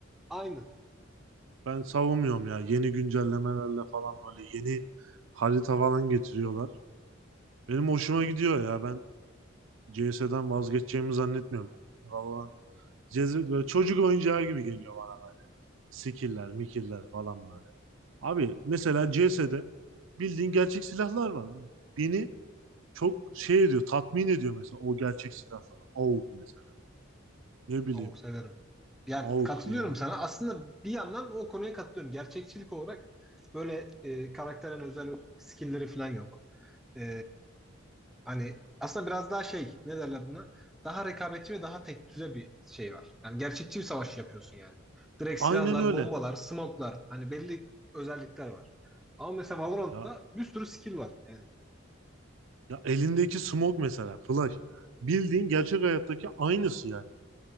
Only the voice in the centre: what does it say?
Aynı.
Avok severim. Yani
katılıyorum
sana. Aslında bir yandan o konuya katılıyorum. Gerçekçilik olarak böyle e, karakterin özel skill'leri falan yok. E, hani aslında biraz daha şey ne derler buna? Daha rekabetçi ve daha tek düze bir şey var. Yani gerçekçi bir savaş yapıyorsun yani. Direkt
silahlar,
bombalar, smoke'lar hani belli özellikler var. Ama mesela Valorant'ta
bir sürü skill var. Yani